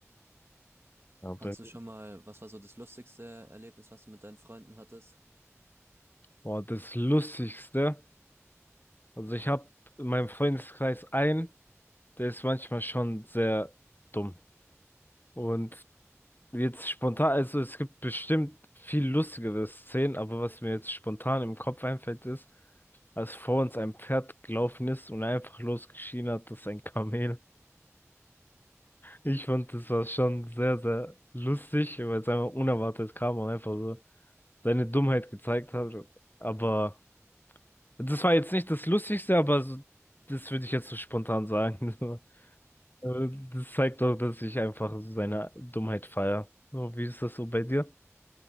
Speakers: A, on the left (about 40°); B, on the right (about 50°).
A: Ja, bei
B: Hattest du
A: mir-
B: schon mal, was war so das lustigste Erlebnis, was du mit deinen Freunden hattest?
A: Boah, das Lustigste. Also ich habe in meinem Freundeskreis einen, der ist manchmal schon sehr dumm. Und jetzt spontan, also es gibt bestimmt viel lustigere Szenen, aber was mir jetzt spontan im Kopf einfällt, ist, als vor uns ein Pferd gelaufen ist und einfach losgeschrien hat, das ist ein Kamel. Ich fand, das war schon sehr, sehr lustig, weil es einfach unerwartet kam und einfach so seine Dummheit gezeigt hat. Aber das war jetzt nicht das Lustigste, aber so, das würde ich jetzt so spontan sagen. <laughs> Aber Das zeigt doch, dass ich einfach seine Dummheit feiere. So, wie ist das so bei dir?